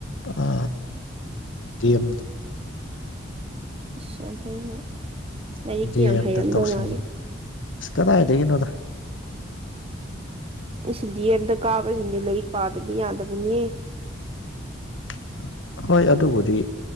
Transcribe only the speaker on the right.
ꯏꯁ ꯑꯝ ꯐꯩꯅꯦ ꯂꯥꯏꯔꯤꯛꯇꯤ
ꯌꯥꯝ ꯍꯩꯔꯝꯗꯧ
ꯃꯥꯜꯂꯦ
ꯁꯤ ꯗꯤ ꯑꯦꯝꯗ ꯀꯥꯕꯁꯤꯡꯁꯦ ꯂꯥꯏꯔꯤꯛ ꯄꯥꯗꯕ ꯌꯥꯗꯕꯅꯦ